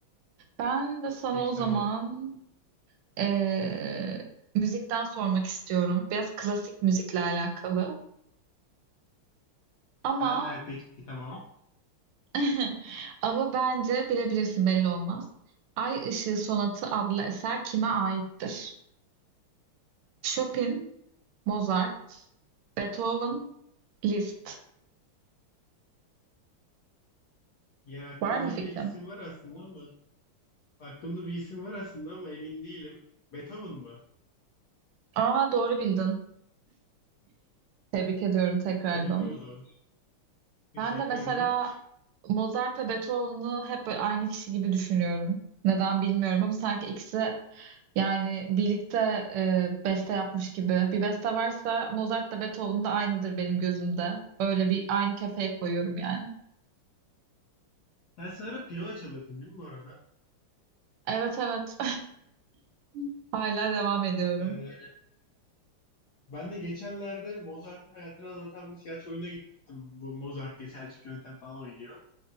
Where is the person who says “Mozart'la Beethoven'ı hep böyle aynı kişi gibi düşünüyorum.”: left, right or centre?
Right